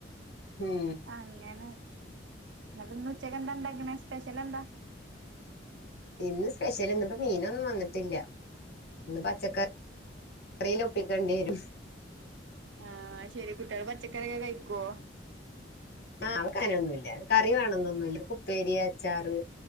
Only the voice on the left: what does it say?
ഉം
ഇന്ന് സ്പെഷ്യൽ ഇന്നിപ്പോ മീനൊന്നും വന്നിട്ടില്ല ഇന്ന് പച്ചക്കറി ന്നെ ഒപ്പിക്കേണ്ടി വരും.
ആഹ് അവ ക്കങ്ങനൊന്നുമില്ല കറി വേണന്നൊന്നുല്ല ഉപ്പേരി, അച്ചാറ്,